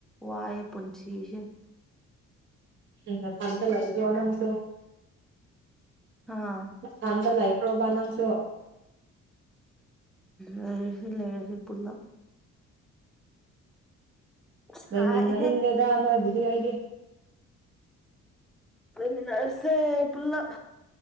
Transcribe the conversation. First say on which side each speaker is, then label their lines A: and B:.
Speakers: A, in the centre; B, on the right.
A: ꯋꯥꯏꯌꯦ ꯄꯨꯟꯁꯤꯁꯦ
B: <unintelligible>
A: ꯍꯥꯥ
B: ꯢꯝꯐꯥꯜꯗ ꯂꯩꯈ꯭ꯔꯣꯕ ꯅꯪꯁꯨ
A: ꯂꯩꯔꯁꯤ ꯂꯩꯔꯁꯤ ꯄꯨꯟꯅꯥ ꯁꯥꯏꯍꯦ
B: ꯂꯩꯃꯤꯟꯅꯅꯤꯡꯗꯦꯗ ꯅꯣꯏꯕꯨꯗꯤ ꯑꯩꯗꯤ꯫
A: ꯂꯩꯃꯤꯟꯅꯔꯁꯦ ꯄꯨꯜꯂꯞ꯫